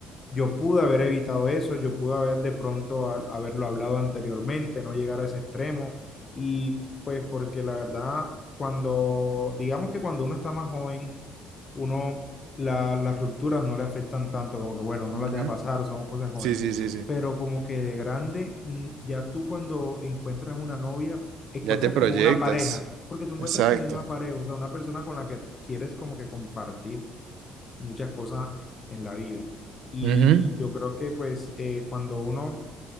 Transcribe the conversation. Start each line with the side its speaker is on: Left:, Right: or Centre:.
Left: yo pude haber evitado eso, yo pude haber de pronto a- haberlo hablado anteriormente, no llegar a ese extremo. Y pues porque la verdad, cuando, digamos que cuando uno está más joven, uno, la- las rupturas no le afectan tanto, como que bueno, uno
Right: ujú.
Left: las deja pasar, somos cosas jóvenes.
Right: Sí, sí, sí, sí.
Left: Pero como que de grande, mm, ya tú cuando encuentras una novia, encuentras
Right: Ya te proyectas.
Left: como una pareja, porque tú encuentras
Right: Exacto.
Left: como una pareja, o sea, una persona con la que quieres como que compartir muchas cosas en la vida. Y
Right: Ujú.
Left: yo creo que pues eh, cuando uno